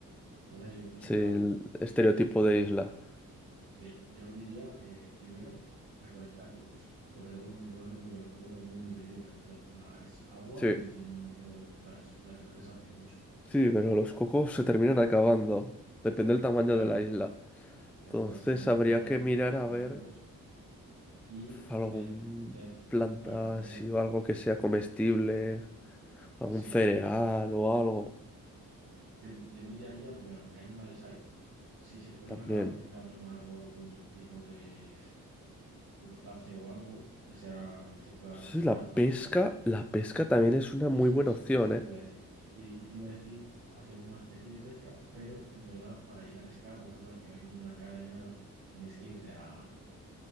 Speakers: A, on the right (about 80°); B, in the centre.
A: Entonces yo pienso,
B: sí,
A: o sea,
B: el estereotipo de isla.
A: sí, yo diría que primero recolectar cocos. Sobre todo es muy importante porque los cocos son muy nutritivos, en verdad. La, es agua
B: Sí,
A: y tienen mucho, o sea, es- y al final te sacia mucho.
B: sí,
A: Mm.
B: pero los cocos se terminan acabando. Depende del tamaño
A: Claro,
B: de la isla. Entonces
A: entonces según el
B: habría
A: tamaño,
B: que
A: pues
B: mirar
A: recolectar
B: a ver
A: cocos. Y
B: algún
A: ver, ver,
B: planta,
A: claro, ver,
B: si o algo que sea comestible,
A: sí.
B: algún cereal o algo
A: Yo, yo miraría primero qué animales hay, si se puede
B: también.
A: cazar algún tipo de animal o algún tipo de crustáceo o algo que sea, que se pueda
B: Sí,
A: cocinar
B: la pesca,
A: fácil.
B: la pesca también es una
A: Eso
B: muy buena
A: es,
B: opción,
A: eso
B: ¿eh?
A: te iba a decir. Yo te, yo te iba a decir hacer como una especie de pesca, pero en verdad para ir a pescar vamos a poner que no hay ninguna cala ni nada. Tienes que irte a